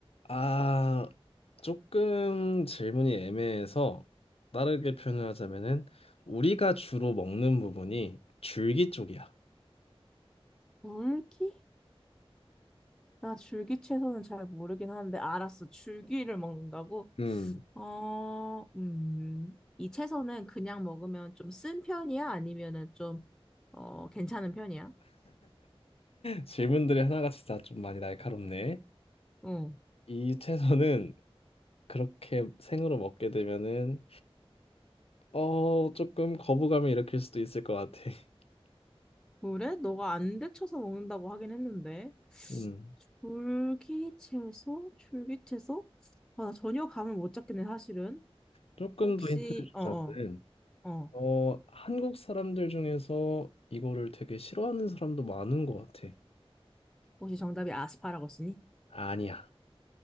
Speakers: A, on the left; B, in the centre.
A: 아, 조금 질문이 애매해서 다르게 표현을 하자면은 우리가 주로 먹는 부분이 줄기 쪽이야.
B: 줄기? 나 줄기 채소는 잘 모르긴 하는데 알았어. 줄기를 먹는다고?
A: <laughs> 음,
B: 어, 음. 이 채소는 그냥 먹으면 좀 쓴 편이야? 아니면은 좀, 어, 괜찮은 편이야?
A: 질문들이 하나같이 다 좀 많이 날카롭네.
B: 응.
A: 이 채소는 그렇게 생으로 먹게 되면은 어 조금 거부감을 일으킬 수도 있을 것 같아. <laughs>
B: 그래? 너가 안 데쳐서 먹는다고 하긴 했는데.
A: 음,
B: 줄기채소? 줄기채소? 아, 나 전혀 감을 못 잡겠네, 사실은.
A: 조금
B: 혹시,
A: 더 힌트를 주자면은
B: 어, 어, 어.
A: 어 한국 사람들 중에서 이거를 되게 싫어하는 사람도 많은 것 같아.
B: 혹시 정답이 아스파라거스니?
A: 아니야.